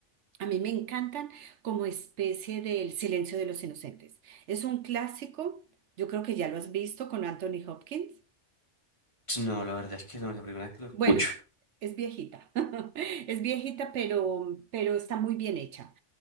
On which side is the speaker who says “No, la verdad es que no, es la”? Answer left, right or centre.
Left